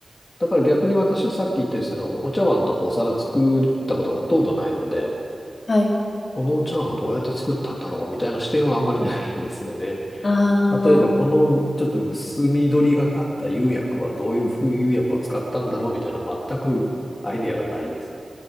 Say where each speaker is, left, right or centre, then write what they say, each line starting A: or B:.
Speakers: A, on the left; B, on the left.
A: だから逆に私、さっき言ったようにその、お茶碗とかお皿作ったことがほとんどないので、
B: はい。
A: このお茶碗どうやって作ったんだろうみたいな視点はあんまりないですよね。
B: あ
A: 例えば、このちょっと薄緑がかった釉薬はどういう風釉薬を使ったんだろうみたいな全くアイデアがないです。